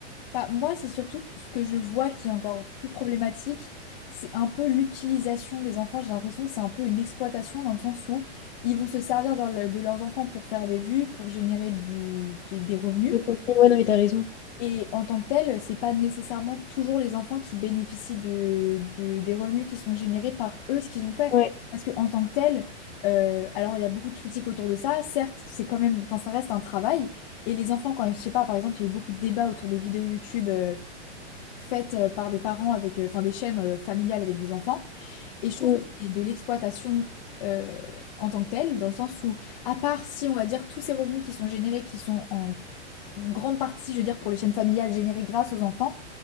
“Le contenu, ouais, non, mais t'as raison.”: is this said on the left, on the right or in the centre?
Left